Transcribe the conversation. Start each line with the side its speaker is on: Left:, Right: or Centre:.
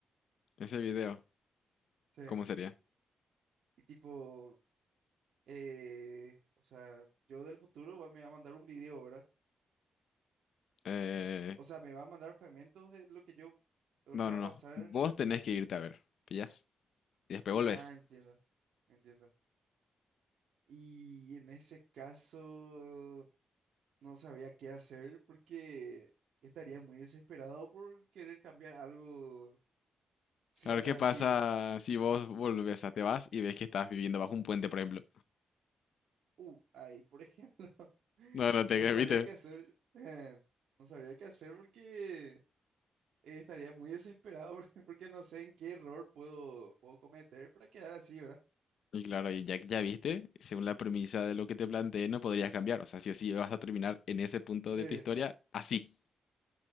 Left: Ese video,
Right: Sí,
Left: ¿cómo sería?
Right: y tipo, eh, o sea, yo del futuro va- me va a mandar un video, ¿verdad?
Left: Eh,
Right: O sea, me va a mandar fragmentos de lo que yo, lo
Left: no,
Right: que va
Left: no,
Right: a
Left: no.
Right: pasar
Left: Vos tenés que irte a ver. ¿Pillas? Y después volvés.
Right: Ah, entiendo, entiendo. Y en ese caso no sabía qué hacer porque estaría muy desesperado por querer cambiar algo. Sí,
Left: A
Right: o
Left: ver
Right: sea,
Left: qué pasa
Right: sí,
Left: si vos volvés, o sea, te vas y ves que estás viviendo bajo un puente, por ejemplo.
Right: uh, ahí, por ejemplo, <laughs>
Left: No, no te
Right: no sabría
Left: ¿viste?
Right: qué Sí. hacer. eh, no sabría qué hacer porque eh, estaría muy desesperado <laughs> porque, porque no sé en qué error puedo, puedo cometer para quedar así, ¿verdad?
Left: Y claro, y ya, ya viste, según la premisa de lo que te planteé, no podrías cambiar. O sea, sí o sí vas a terminar en ese punto
Right: Sí,
Left: de tu historia así.